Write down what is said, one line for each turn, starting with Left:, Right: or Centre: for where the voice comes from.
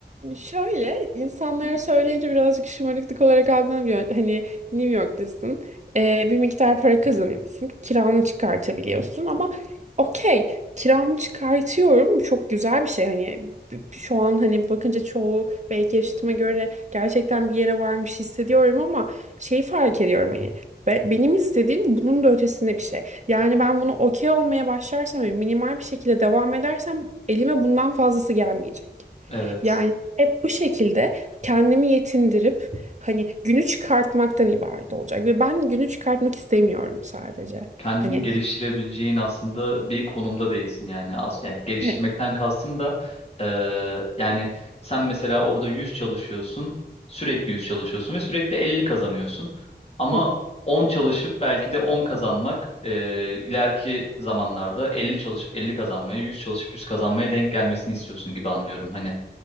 Right: şöyle insanlara söyleyince birazcık şımarıklık olarak algılanabiliyor. Hani New York'tasın, e, bir miktar para kazanıyorsun, kiranı çıkartabiliyorsun ama okey kiramı çıkartıyorum Bu çok güzel bir şey. Hani b- şu an hani bakınca çoğu belki yaşıtıma göre gerçekten bir yere varmış hissediyorum ama şeyi fark ediyorum hani be- Benim istediğim bunun da ötesinde bir şey. Yani ben bunu okey olmaya başlarsam ve minimal bir şekilde devam edersem elime bundan fazlası gelmeyecek.
Left: Evet.
Right: Yani hep bu şekilde kendimi yetindirip hani günü çıkartmaktan ibaret olacak ve ben günü çıkartmak istemiyorum sadece.
Left: kendini
Right: Hani
Left: geliştirebileceğin aslında bir konumda değilsin yani. As yani geliştirmekten
Right: evet,
Left: kastım da eee, yani sen mesela orada 100 çalışıyorsun, sürekli 100 çalışıyorsun ve sürekli 50 kazanıyorsun. Ama
Right: evet.
Left: 10 çalışıp belki de 10 kazanmak eee, ileriki zamanlarda 50 çalışıp 50 kazanmaya, 100 çalışıp 100 kazanmaya denk gelmesini istiyorsun gibi anlıyorum. Hani